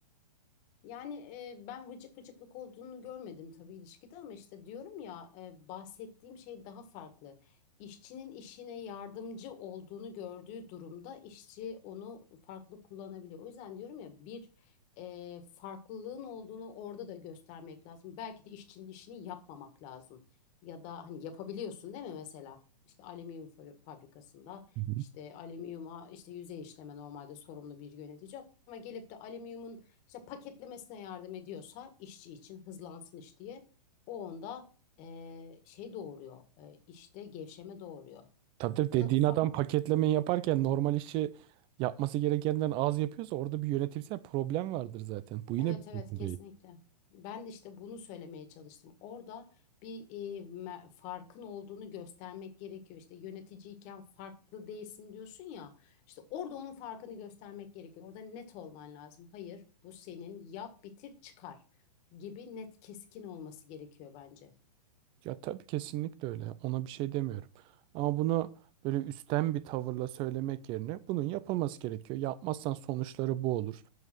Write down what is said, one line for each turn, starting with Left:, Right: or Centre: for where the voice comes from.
Left: Yani e, ben vıcık vıcıklık olduğunu görmedim tabii ilişkide ama işte diyorum ya e, bahsettiğim şey daha farklı. İşçinin işine yardımcı olduğunu gördüğü durumda işçi onu farklı kullanabiliyor. O yüzden diyorum ya bir e, farklılığın olduğunu orada da göstermek lazım. Belki de işçinin işini yapmamak lazım. Ya da hani yapabiliyorsun değil mi mesela? İşte alüminyum fa- fabrikasında
Right: Hı hı.
Left: işte alüminyuma işte yüzey işleme normalde sorumlu bir yönetici ama gelip de alüminyumun işte paketlemesine yardım ediyorsa işçi için hızlansın iş diye o onda eee, şey doğuruyor eee, işte gevşeme doğuruyor.
Right: Tabii tabii
Left: Bu
Right: dediğin
Left: da bir fa
Right: adam paketlemeyi yaparken normal işi yapması gerekenden az yapıyorsa orada bir yönetimsel problem vardır zaten. Bu yine
Left: evet
Right: bir
Left: evet
Right: çözüm
Left: kesinlikle.
Right: değil.
Left: Ben de işte bunu söylemeye çalıştım. Orada bir eee, me- farkın olduğunu göstermek gerekiyor. İşte yöneticiyken farklı değilsin diyorsun ya. İşte orada onun farkını göstermek gerekiyor. Orada net olman lazım. Hayır, bu senin yap, bitir, çıkar gibi net keskin olması gerekiyor bence.
Right: Ya tabii kesinlikle öyle. Ona bir şey demiyorum. Ama bunu böyle üstten bir tavırla söylemek yerine bunun yapılması gerekiyor. Yapmazsan sonuçları bu olur.